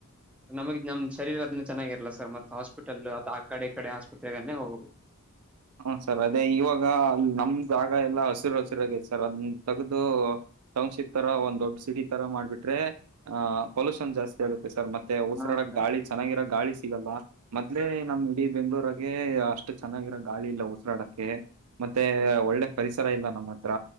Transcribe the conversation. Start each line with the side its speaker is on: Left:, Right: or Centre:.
Centre: ನಮಗೆ ನಮ ಶರೀರ ಅದನ್ನ ಚೆನ್ನಾಗಿರಲ್ಲ ಸರ್ ಮತ್ ಹಾಸ್ಪಿಟಲ್ ಅದು ಆ ಕಡೆ ಕಡೆ ಆಸ್ಪತ್ರೆಗೇ ಹೋಗ
Right: ಹ ಸರ್ ಅದೇ ಇವಾಗ ಅ ನಮ್ದಾಗ ಎಲ್ಲಾ ಹಸಿರು ಹಸಿರಾಗೇ ಸರ್ ಅದನ್ನು ತೆಗೆದು. ಟೌನ್ಶಿಪ್ ತರ ಒಂದ್ ದೊಡ್ ಸಿಟಿ ತರ ಮಾಡ್ಬಿಟ್ರೆ ಆಹ್ ಪೊಲ್ಯೂಷನ್ ಜಾಸ್ತಿ ಆಗುತ್ತೆ ಸರ್ ಮತ್ತೆ ಮತ್ತು ಉಸಿರಾಡ
Centre: ಹಾ ಸರ್
Right: ಗಾಳಿ. ಚೆನ್ನಾಗಿರೋ ಗಾಳಿ ಸಿಗಲ್ಲ ಮೊದ್ಲೇ ನಮ್ ಇಡೀ ಬೆಂಗ್ಳೂರಾಗ ಅಷ್ಟು ಚೆನ್ನಾಗಿರೋ. ಗಾಳಿ ಇಲ್ಲ ಉಸಿರಾಡಕ್ಕೆ ಮತ್ತೆ ಒಳ್ಳೆ ಪರಿಸರ ಇಲ್ಲ ನಮ್ಮ ಹತ್ರ.